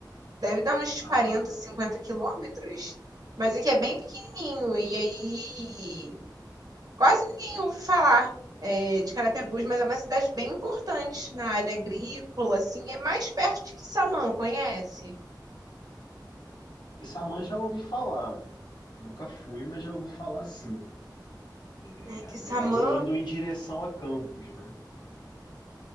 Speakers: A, on the right (about 55°); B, on the left (about 75°).
A: Deve dar uns
B: A
A: 40 50 quilômetros, mas aqui é bem pequenininho. E aí, quase ninguém ouve falar é, de Carapebus, mas é uma cidade bem importante na área agrícola, assim. É mais perto de Quissamã, conhece?
B: Issamã já ouvi falar. Nunca fui, mas já ouvi falar sim. É,
A: É, Quissamã
B: mas aí é indo em direção a Campos, né?